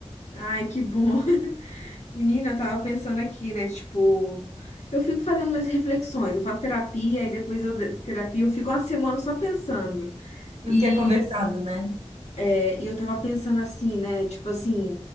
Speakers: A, on the left (about 75°); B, on the right (about 65°).
A: Ai, que bom. <laughs> Menina, eu tava pensando aqui, né? Tipo, eu fico fazendo minhas reflexões, eu faço terapia e depois eu de- terapia, eu fico uma semana só pensando. E,
B: Não que é conversado, né?
A: é, e eu tava pensando assim, né? Tipo assim,